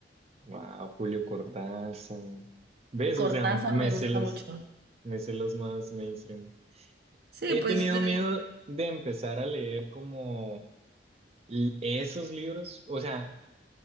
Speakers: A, on the right; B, on the right.
A: Wow, Julio Cortázar. ¿Ves?
B: Cortázar
A: O sea, me
B: me
A: sé
B: gusta
A: los,
B: mucho.
A: me sé los más mainstream.
B: Sí,
A: He
B: pues
A: tenido
B: te
A: miedo
B: digo,
A: de empezar a leer como l- esos libros. O sea,